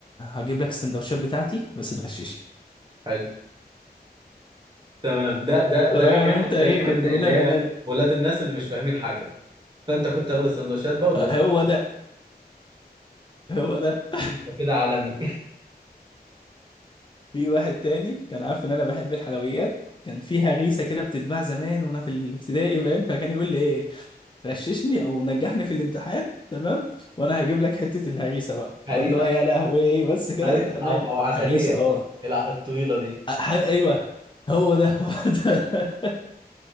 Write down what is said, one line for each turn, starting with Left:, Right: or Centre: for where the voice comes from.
Left: هجيب لك السندوتشات بتاعتي بس تغششني
Right: حلو تمام ده ده ده
Left: تمام
Right: كان
Left: انت ايه
Right: ده كان
Left: كنت
Right: إن-
Left: بدأ
Right: اللي هي
Left: من هنا
Right: ولاد الناس اللي مش فاهمين حاجه فانت كنت تاخد السندوتشات بقى وتغش
Left: آه، هو ده هو ده
Right: انت كده عالمي
Left: <laughs> في واحد تاني كان عارف ان انا بحب الحلويات كان فيها غيسه كده بتتباع زمان وانا في الابتدائي فاهم فكان يقول لي ايه غششني او نجحني في الامتحان تمام وانا هجيب لك حته الهريسه بقى
Right: <laughs> هريس
Left: اقول له يا لهوي بس كده
Right: عارف-
Left: انا
Right: او او عسليه
Left: هريسه اه
Right: الع- الطويله دي
Left: ح- ايوه هو ده هو ده